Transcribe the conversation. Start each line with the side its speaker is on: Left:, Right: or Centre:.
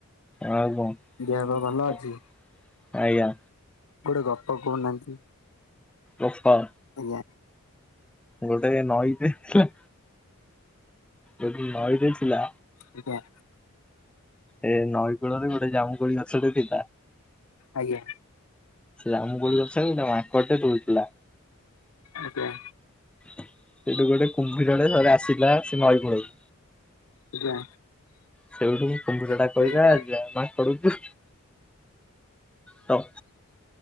Centre: ଆଉ କଣ?
Left: ଦେହ ପା ଭଲ ଅଛି?
Centre: ଆଜ୍ଞା
Left: ଗୋଟେ ଗପ କହୁନାହାନ୍ତି
Centre: ରଫା।
Left: ଆଉ କଣ।
Centre: ଗୋଟେ ନଈଟେ ଥିଲା। ଯଦି ନଇ ରେ ଥିଲା।
Left: ଯିବା।
Centre: ଏ ନଈକୂଳରେ ଗୋଟେ ଜାମୁକୋଳି ଗଛଟେ ଥିଲା।
Left: ଆଜ୍ଞା।
Centre: ସେ ଜାମୁ କୋଳି ଗଛରେ ଗୋଟେ ମାଙ୍କଟେ ରହୁଥିଲା।
Left: ଆଜ୍ଞା।
Centre: ସେଠୁ ଗୋଟେ କୁମ୍ଭୀରଟେ ଆସିଲା ସେ ନଇକୂଳକୁ।
Left: ଆଜ୍ଞା।
Centre: ସେଇଠୁ ମୁଁ କମ୍ପୁଟର ଟା
Left: ଆଜ୍ଞା।
Centre: କହିବା ମାଙ୍କଡ଼ କୁ। ତ।